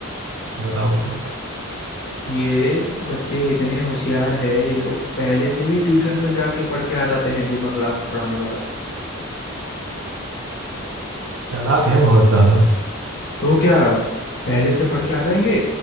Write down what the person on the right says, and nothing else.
बताओ बताओ
चालाक है बहुत ज्यादा